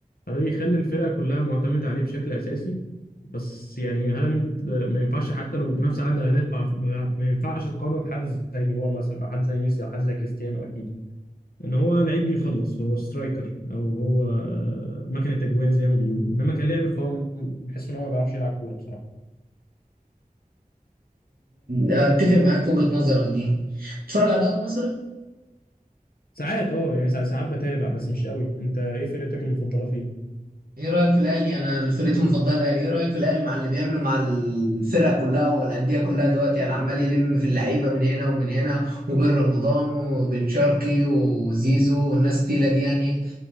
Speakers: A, on the left (about 90°); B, on the right (about 80°).
A: فده بيخلي الفرقه كلها معتمده عليه بشكل اساسي بس يعني هالاند آه، ما ينفعش حتى لو بنفس عدد الاهداف ما ما- ما ينفعش تقارنه بحد زي نيمار مثلا او حد زي ميسي او حد زي كريستيانو اكيد ان هو لعيب بيخلص هو سترايكر او هو آه، مكنه اجوان زي ما بيقولوا انما كلاعب فهو م- بحس ان هو ما بيعرفش يلعب كوره بصراحه
B: اتفق معاك في وجهة نظرك دي بتتفرج على الدوري المصري
A: ساعات اه يعني ساعات ساعات بتابع بس مش قوي انت ايه فرقتك المفضله فيه
B: ايه رأيك في الاهلي انا فرقتي المفضلة الاهلي ايه رأيك في الاهلي مع اللي بيعمله مع الفرق كلها والاندية كلها دلوقتي يعني عمال يلم في اللعيبة من هنا ومن هنا وبين رمضان وبن شرقي وزيزو والناس التقيلة دي يعني